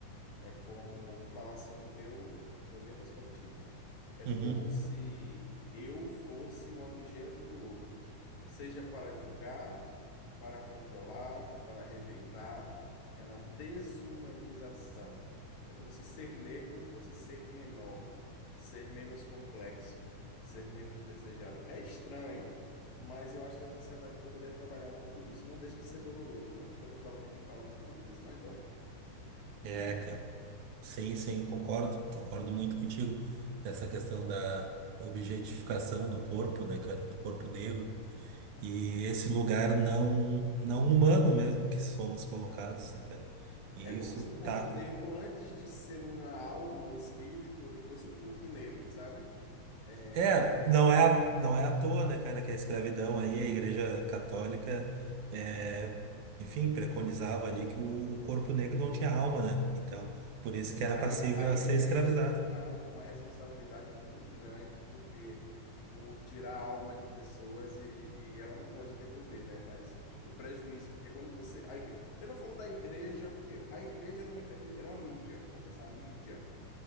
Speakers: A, on the left; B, on the right.
A: É como, vou falar assim do meu, da minha perspectiva. É
B: uhum.
A: como se eu fosse um objeto do outro, seja para julgar, para controlar, para rejeitar. É uma desumanização. É como se ser negro fosse ser menor, ser menos complexo, ser menos desejado. É estranho, mas eu acho que a sociedade poderia trabalhar um pouco disso. Não deixa de ser doloroso, né? Porque eu estou falando aqui em palavras bonitas, mas dói.
B: É, cara. Sim, sim, concordo, concordo muito contigo dessa questão da objetificação do corpo, né, cara, do corpo negro e esse lugar não não humano mesmo que somos colocados, né, cara? E
A: É como
B: isso
A: se o corpo
B: tá
A: negro, antes de ser uma alma, um espírito, ele fosse o corpo negro, sabe? É,
B: É,
A: e tem-
B: não é à- não é à toa, né, cara, que a escravidão aí, a Igreja Católica é, enfim, preconizava ali que o corpo negro não tinha alma, né? Então, por
A: é,
B: isso que era
A: aí,
B: passível
A: a, aí
B: a ser
A: a igreja
B: escravizado.
A: tem uma, uma responsabilidade muito grande, porque por tirar a alma de pessoas e, e ela não pode devolver, né? Mas o prejuízo, porque quando você. a igre- eu não falo da igreja, porque a igreja era um mecanismo, era uma mídia. Vamos pensar, a mídia.